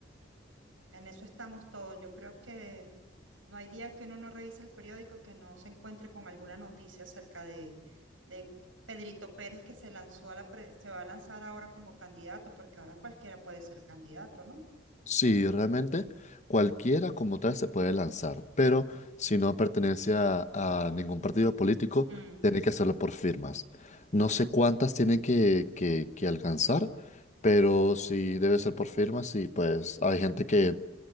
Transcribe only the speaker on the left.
Sí, realmente cualquiera como tal se puede lanzar, pero si no pertenece a, a ningún partido político,
tiene que hacerlo por firmas. No sé cuántas tiene que, que- que alcanzar, pero sí debe ser por firmas y pues hay gente que